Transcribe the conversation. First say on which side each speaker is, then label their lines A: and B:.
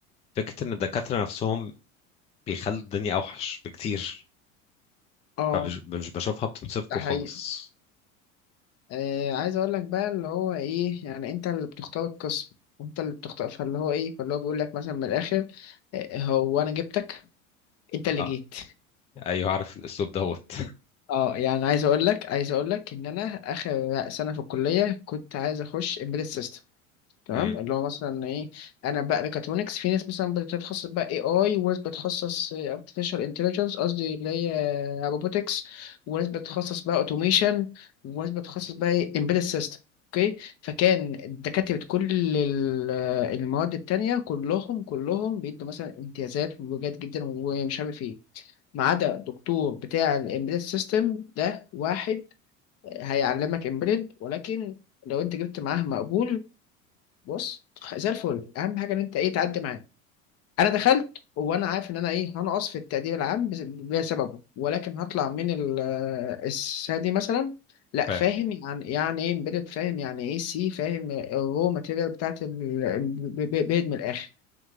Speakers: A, on the left (about 15°); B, on the left (about 35°).
A: فكره ان الدكاتره نفسهم بيخلوا الدنيا اوحش بكتير
B: اه
A: فمش مش بشوفها بتنصفكم
B: ده حقيقي
A: خالص
B: آه عايز اقول لك بقى اللي هو ايه يعني انت اللي بتختار القسم وانت اللي بتختار فاللي هو ايه فاللي هو بيقول لك مثلا من الاخر آه هو انا جبتك انت اللي
A: آه.
B: جيت
A: ايوه عارف الاسلوب دوت
B: اه يعني عايز اقول لك عايز اقول لك ان انا اخر سنه في الكليه كنت عايز اخش embedded system تمام
A: <laughs> مم،
B: اللي هو مثلا ايه انا بقى ميكاترونكس في ناس مثلا بتتخصص بقى اي اي وناس بتتخصص ارتفيشال انتليجنس قصدي اللي هي روبوتكس وناس بتتخصص بقى اوتوميشن وناس بتتخصص بقى ايه امبيدد سيستم اوكي فكان دكاترة كل ال- المواد التانية كلهم كلهم بيدوا مثلا امتيازات وجات جدا ومش عارف ايه ما عدا دكتور بتاع الامبيدد سيستم ده واحد هيعلمك امبيدد ولكن لو انت جبت معاه مقبول بص زي الفل اهم حاجه ان انت ايه تعدي معاه انا دخلت وانا عارف ان انا ايه هنقص في التقدير العام بس- بسببه ولكن هطلع من ال- السنه دي مثلا لا
A: فاهم
B: فاهم يعني يعني ايه امبيدد فاهم يعني ايه سي فاهم الرو ماتيريال بتاعت الامبيدد من الاخر